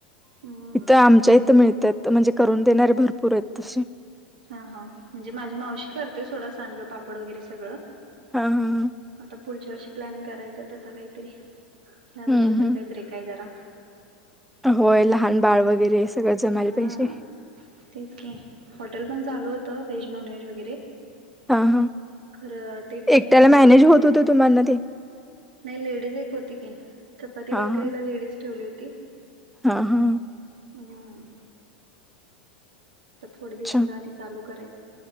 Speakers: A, on the right; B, in the centre.
A: हम्म
B: इथं आमच्या इथं मिळतात म्हणजे करून देणारे भरपूर आहेत तसे
A: हा हा म्हणजे माझी मावशी करते सोडा सांडगं पापड वगैरे सगळं
B: हा हम
A: आता पुढच्या वर्षी प्लॅन करायचा त्याचा काहीतरी ह्या
B: हम्म
A: वर्षी तर
B: हम्म
A: काही ब्रेक आहे जरा
B: होय लहान बाळ वगैरे सगळं जमायला
A: हम
B: पाहिजे
A: तेच क हॉटेल पण चालू होतं व्हेज नॉन व्हेज वगैरे
B: हा हा
A: खरं ते पण
B: एकट्याला
A: कस नाही
B: मॅनेज होत होतं तुम्हाना ते
A: लेडीज एक होती की चपाती
B: हा
A: भाकरीला
B: हा
A: लेडीज ठेवली होती
B: हा हा
A: हम तर थोड्या दिवसात
B: अच्छा
A: पाणी चालू करायचं